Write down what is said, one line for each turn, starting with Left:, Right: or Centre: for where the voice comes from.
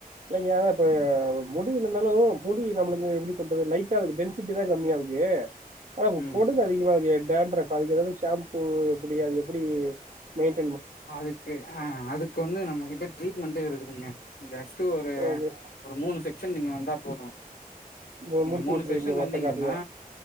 Right: இல்லைங்க இப்ப அது முடி இல்லனாலு முடி நம்மளுக்கு எப்டி சொல்றது லைட்டா இருக்கு டென்சிட்டி தா கம்மியா இருக்கு ஆமா
Left: ம்
Right: பொடுகு அதிகமா இருக்கே டேண்ட்ரஃப் இப்ப அதுக்கு எதாது ஷாம்பூ அப்டியா எப்டி மெய்ன்
Left: அதுக்கு ஆஹ் அதுக்கு வந்து நம்ம கிட்ட ட்ரீட்மெண்டே இருக்கு <unintelligible> து ஒரு
Right: ஓகே
Left: ஒரு மூணு செக் செம் நீங்க வந்தா போது
Right: அ
Left: நீங்க
Right: முடிச்சு
Left: மூணு
Right: விட்ருவீங்க
Left: செக்ஷன்
Right: மொத்த
Left: வந்தீங்கன்னா
Right: காசையு